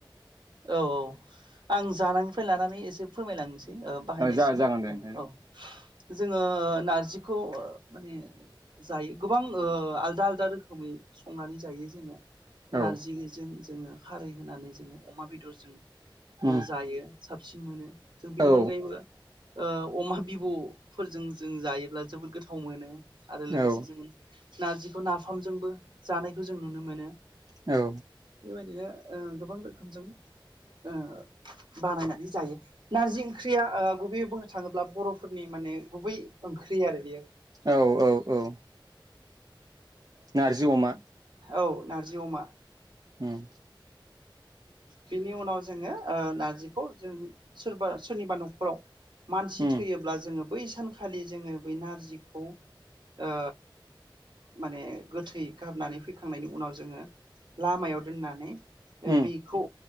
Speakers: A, on the right (about 60°); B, on the right (about 45°).
A: औ औ आं जानानै। फ्राय लानानै एसे फोरमायलांनोसै। ओ- बाहायनायसिम
B: जा जागोन दे
A: ओ
B: नोंथां
A: औ जोङो नारजि। बेखौ माने जायो गोबां ओ- आलदा आलदा रोखोमै संनानै जायो जोङो। नारजिजों।
B: औ
A: जोङो। खारै होनानै जोङो अमा बेदरजों।
B: उम
A: जायो साबसिन मोनो। जों बिनि
B: औ
A: अनगायैबो। ओ अमा बिबुफोरजों जों जायोब्ला जोबोद गोथाव मोनो। आरो लोगोसे
B: औ
A: जोङो नारजिखौ नाफामजोंबो जानायखौ जों नु मोनो
B: औ
A: बेबायदिनो ओ गोबां रोखोमजों ओ- बानायनानै जायो नारजि ओंख्रिया ओ गुबैयै। बुंनो थाङोब्ला बर'फोरनि माने गुबै ओंख्रि आरो बियो
B: औ औ औ। नारजि अमा
A: औ ना जि अमा।
B: ओम।
A: बिनि उनाव जोङो ओ नार्जिखौ जों सोरबा सोरनिबा न'खराव मानसि
B: उम
A: थैयोब्ला जोङो। बै सानखालि जोङो बै नारजिखौ ओ माने गोथै गारनानै फैखांनायनि उनाव जोङो लामायाव दोननानै ए
B: उम
A: बिखौ